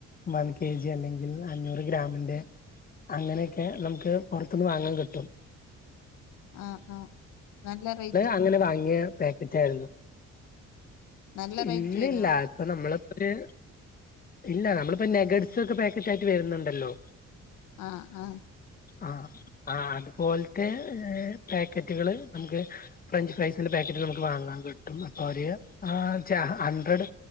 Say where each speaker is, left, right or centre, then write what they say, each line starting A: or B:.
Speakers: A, on the left (about 30°); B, on the left (about 80°).
A: വൺ കെ ജി അല്ലെങ്കിൽ അഞ്ഞൂറ് ഗ്രാമിന്റെ അങ്ങനെയൊക്കെ, നമുക്ക് പൊറത്തിന്ന് വാങ്ങാൻ കിട്ടും.
B: ആ, ആ നല്ല റേ
A: അങ്ങെനെ വാങ്ങിയ പാകറ്റെൾ,
B: നല്ല
A: ഇങ്ങിനെല്ല
B: റേറ്റ് വരുവോ
A: ഇപ്പോ നമ്മള് ഒരു ഇല്ല നമ്മളിപ്പോ നെഗഡ്സ് ഒക്കെ പാക്കറ്റ് ആയിട്ട് വരുന്നുണ്ടല്ലോ?
B: ആ ആ..
A: ആആ അതുപോലത്തെ പാക്കറ്റുകള് നമുക്ക് ഫ്രഞ്ച് ഫ്രൈസിന്റെ പാക്കറ്റ് നമുക്ക് വാങ്ങാൻ കിട്ടും, ഒരേ ആ ജ ഹഡ്രഡ്